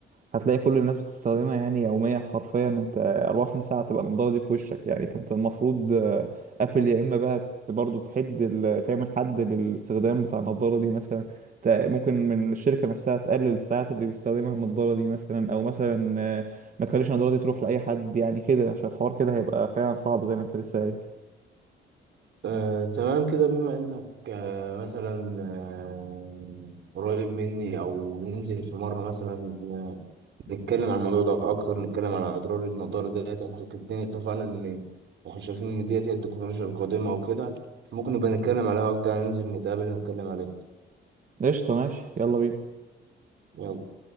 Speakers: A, on the right; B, on the right.
A: هتلاقي كل الناس بتستخدمها يعني يوميا حرفيا انت 24 ساعة تبقى النضارة دي في وشك يعني فانت المفروض آه، قافل يا اما بقى ت- برضو تحد ال- تعمل حد للاستخدام بتاع النضارة دي مثلا ت- ممكن من الشركة نفسها تقلل الساعات اللي بيستخدمها النضارة دي مثلا او مثلا آه، ما تخليش النضارة دي تروح لأي حد يعني كده عشان الحوار كده هيبقى فعلا صعب زي ما انت لسه قايل
B: آه، تمام كده بما إنك آه، مثلا آه، قريب مني أو ننزل في مرة مثلا نتكلم عن الموضوع ده أكتر نتكلم عن أضرار النضارة ديت إحنا الاتنين اتفقنا إن إحنا شايفين إن ديت هي التكنولوجيا القادمة وكده ممكن نبقى نتكلم عليها أكتر ننزل نتقابل نتكلم عليها
A: قشطة ماشي يلا بينا
B: يلا